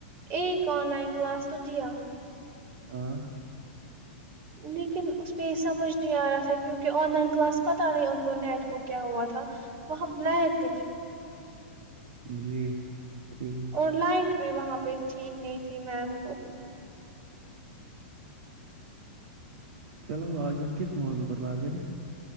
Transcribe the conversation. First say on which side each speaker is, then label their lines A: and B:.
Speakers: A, on the right; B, on the right.
A: ایک آن لائن کلاس تو دیا
B: ہ <inaudible>
A: لیکن اس پہ سمجھ نہیں ا رہا تھا کیونکہ ان لائن کلاس پتہ نہیں ان کو نیٹ وہ کیا ہوا تھا وہاں بلیک
B: جی ٹھیک
A: اور لائٹ بھی وہاں پہ ٹھیک نہیں تھی میم کو
B: چلو آج ہم کس موضوع پر بات کریں